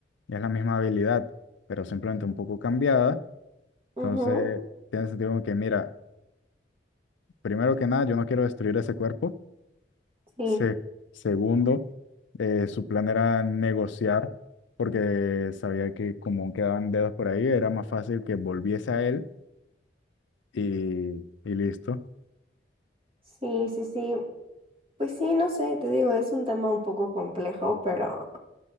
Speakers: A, on the left; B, on the right.
A: es la misma habilidad, pero simplemente un poco cambiada. Entonces,
B: Ujú,
A: tiene sentido como que, mira, primero que nada, yo no quiero destruir ese cuerpo.
B: Sí,
A: Se- segundo, eh, su plan era negociar, porque sabía que como quedaban dedos por ahí, era más fácil que volviese a él y, y listo.
B: sí, sí, sí. Pues sí, no sé, te digo, es un tema un poco complejo, pero,